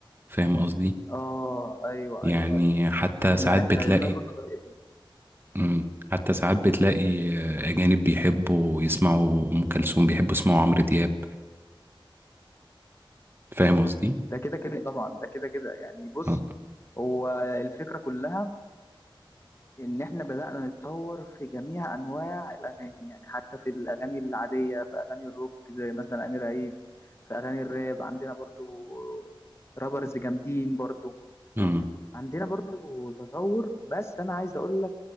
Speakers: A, on the right (about 25°); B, on the left (about 30°).
A: فاهم قصدي؟
B: اه ايوه
A: يعني
B: ايوه ايوه
A: حتى
B: احنا
A: ساعات
B: احنا
A: بتلاقي
B: لنا برضه طريقتنا
A: مم. حتى ساعات بتلاقي آه، أجانب بيحبوا يسمعوا أم كلثوم بيحبوا يسمعوا عمرو دياب فاهم قصدي؟
B: ده كده كده طبعا ده كده كده يعني بص
A: آه.
B: هو الفكرة كلها إن إحنا بدأنا نتطور في جميع أنواع الأغاني يعني حتى في الأغاني العادية في أغاني الروك زي مثلا أمير عيد في أغاني الراب عندنا برضو رابرز جامدين برضو
A: مم.
B: عندنا برضو تطور بس أنا عايز أقول